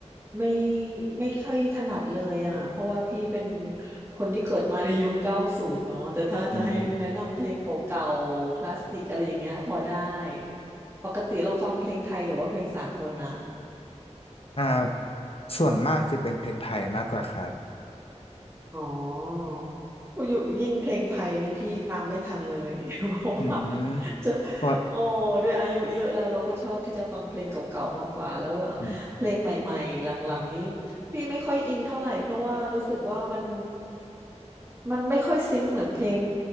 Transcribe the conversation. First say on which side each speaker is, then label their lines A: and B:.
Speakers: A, on the right; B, on the left.
A: ไม่ไม่ค่อยถนัดเลยอ่ะเพราะว่าพี่เป็นคนที่เกิดมาในยุค 90 เนาะแต่ถ้าจะให้แนะนำเพลงเก่าๆคลาสสิกอะไรอย่างเงี้ยพอได้
B: อืม
A: ปกติเราฟังเพลงไทยหรือว่าเพลงสากลนะ
B: อ่าส่วนมากจะเป็นเพลงไทยมากกว่าครับ
A: อ๋ออยู่ยิ่งเพลงไทยนี่พี่ตามไม่ทันเลย <laughs> เพราะว่า
B: อืม
A: จะ
B: พอ
A: โอ้ด้วยอายุเยอะแล้วเราก็ชอบที่จะฟังเพลงเก่าๆมากกว่าแล้วละเพลงใหม่ๆหลังๆนี้
B: อืม
A: พี่ไม่ค่อยอินเท่าไหร่เพราะว่ารู้สึกว่ามันมันไม่ค่อยซิงค์เหมือนเพลง